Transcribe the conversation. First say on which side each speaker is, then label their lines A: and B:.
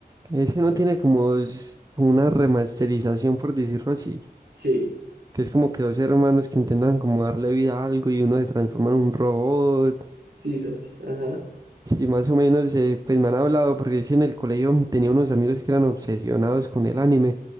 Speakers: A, on the right; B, on the right.
A: ese no tiene como dos- como una remasterización, por decirlo así,
B: Sí,
A: que es como que dos hermanos que intentan como darle vida a algo y uno se transforma en un robot
B: sisas, ajá.
A: Sí, más o menos, eh, pues me han hablado, porque es que en el colegio tenía unos amigos que eran obsesionados con el anime,